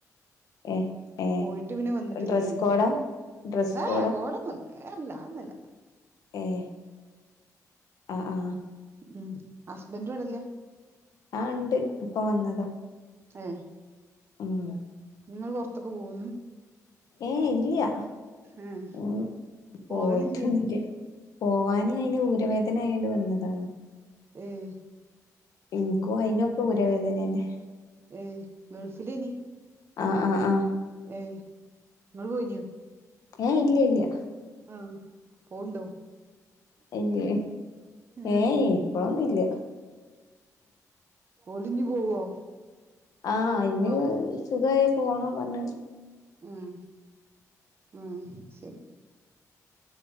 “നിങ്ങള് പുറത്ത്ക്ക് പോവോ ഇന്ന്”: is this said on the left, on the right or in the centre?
Right